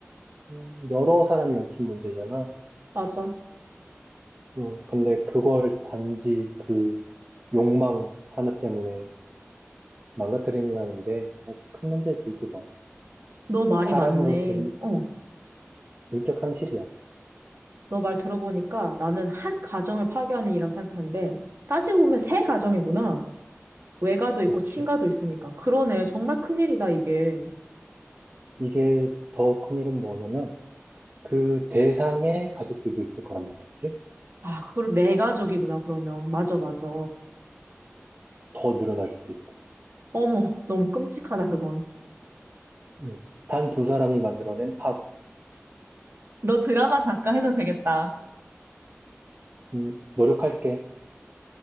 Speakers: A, on the right; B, on the right.
A: 음, 여러 사람이 얽힌 문제잖아.
B: 맞아.
A: 음, 근데 그걸 단지 그 욕망 하나 때문에 망가뜨린다는 게 아주 큰 문제지, 그건.
B: 너 말이
A: 사람으로서
B: 맞네.
A: 이
B: 어,
A: 인격 상실이야.
B: 너 말 들어보니까 나는 한 가정을 파괴하는 일이라 생각했는데, 따지고 보면 세 가정이구나. 외가도
A: 그렇지.
B: 있고 친가도 있으니까. 그러네. 정말 큰일이다, 이게.
A: 이게 더 큰 일은 뭐냐면, 그 대상의 가족들도 있을 거란 말이지.
B: 아, 그걸 내 가족이구나, 그러면. 맞아, 맞아.
A: 더 늘어날 수도 있고.
B: 어머, 너무 끔찍하다, 그건.
A: 음. 단 두 사람이 만들어낸 파국.
B: 너 드라마 작가 해도 되겠다.
A: 음, 노력할게.